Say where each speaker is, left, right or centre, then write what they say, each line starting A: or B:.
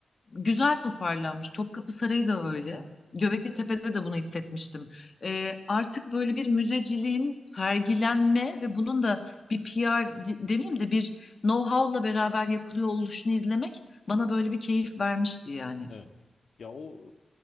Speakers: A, on the left (about 30°); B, on the left (about 50°).
A: güzel toparlanmış. Topkapı Sarayı da öyle. Göbekli Tepe'de de bunu hissetmiştim. E, artık böyle bir müzeciliğin sergilenme ve bunun da bir PR de- demeyeyim de bir know-how'la beraber yapılıyor oluşunu izlemek bana böyle bir keyif vermişti yani.
B: Evet. Ya o